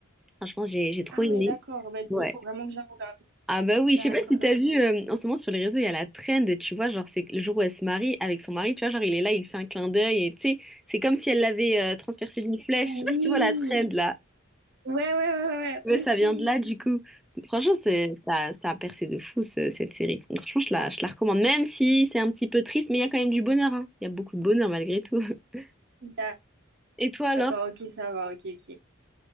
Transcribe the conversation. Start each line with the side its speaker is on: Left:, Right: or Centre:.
Centre: Franchement j'ai j'ai trop
Right: Ah
Centre: aimé.
Right: ouais, d'accord. Ben, du
Centre: Ouais.
Right: coup, faut vraiment que je la regarde.
Centre: Ah bah oui,
Right: D'accord,
Centre: je sais pas si t'as
Right: d'accord.
Centre: vu, euh, en ce moment sur les réseaux, il y a la trend, tu vois, genre c'est le jour où elle se marie avec son mari, tu vois, genre il est là, il fait un clin d'œil et tu sais, c'est comme si elle l'avait euh, transpercé d'une flèche. Je
Right: Oui.
Centre: sais pas si tu vois la trend là,
Right: Ouais, ouais, ouais, ouais,
Centre: mais
Right: ouais,
Centre: ça vient de là du coup.
Right: ok.
Centre: Franchement, c'est, ça, ça a percé de fou ce- cette série. Donc, franchement, je la, je la recommande, même si c'est un petit peu triste, mais il y a quand même du bonheur, hein. Il y a beaucoup de bonheur malgré tout. <laughs>
Right: Ah,
Centre: Et toi alors?
Right: D'accord, ok, ça va, ok, ok.